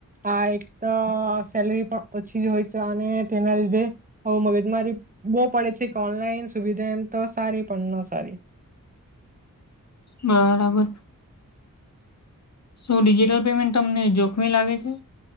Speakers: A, on the right (about 25°); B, on the left (about 55°).
A: આ એક તો સેલરી પણ ઓછી જ હોય છે અને તેના લીધે હું મગજમાંરી બહુ પડે છે કે ઓનલાઈન સુવિધા એમ તો સારી પણ ન સારી.
B: બરાબર. શું ડિજિટલ પેમેન્ટ તમને જોખમી લાગે છે?